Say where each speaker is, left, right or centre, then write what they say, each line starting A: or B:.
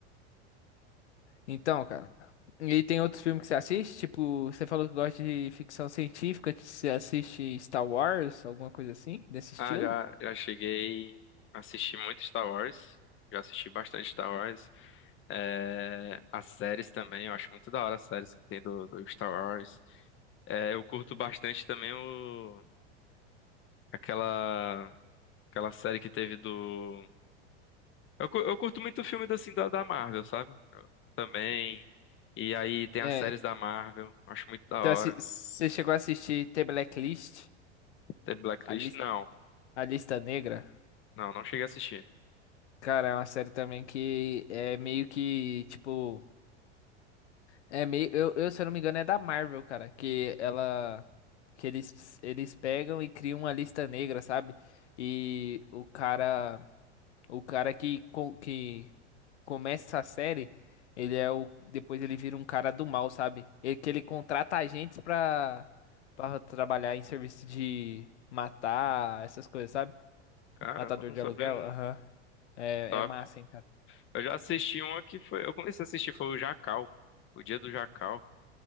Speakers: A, on the left; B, on the left.
A: Então, cara. E tem outros filmes que você assiste? Tipo, você falou que gosta de ficção científica, você assiste Star Wars, alguma coisa assim, desse estilo?
B: Ah, já, já cheguei a assistir muito Star Wars. Já assisti bastante Star Wars. É, as séries também, eu acho muito da hora as séries que tem do, do Star Wars. É, eu curto bastante também o, aquela, aquela série que teve do Eu, cu- eu curto muito filme assim, da, da Marvel, sabe? Eu também. E aí tem
A: É.
B: as séries da Marvel. Acho muito da hora.
A: Você assi- você chegou a assistir The Blacklist,
B: Tem Blacklist?
A: a, lis-
B: Não.
A: a Lista Negra?
B: Não, não cheguei a assistir.
A: Cara, é uma série também que é meio que, tipo. É meio, eu, eu, se eu não me engano, é da Marvel, cara, que ela, que eles, eles pegam e criam uma lista negra, sabe? E o cara, o cara que, co- que começa a série, ele é o, depois ele vira um cara do mal, sabe? Ele, que ele contrata agentes pra, pra trabalhar em serviço de matar, essas coisas, sabe?
B: Caramba,
A: Matador
B: não
A: de
B: sabia.
A: aluguel,
B: não.
A: aham. É,
B: Top.
A: é massa, hein, cara.
B: Eu já assisti uma que foi. Eu comecei a assistir, foi o Jacal. O Dia do Jacal.